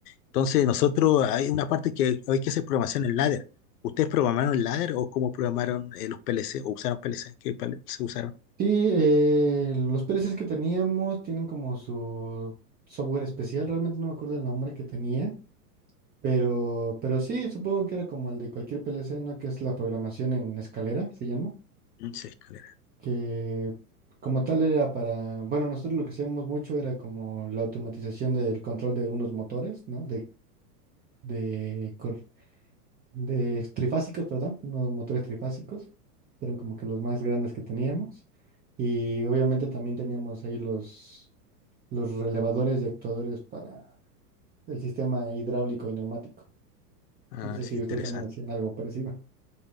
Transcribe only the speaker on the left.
Entonces,
nosotros
hay una parte que hay que hacer programación en ladder. ¿Ustedes programaron el ladder o cómo programaron eh, los PLC o usaron PLC? ¿Qué PLC se usaron?
Mm, Sí, escalera.
Ah,
sí,
interesante.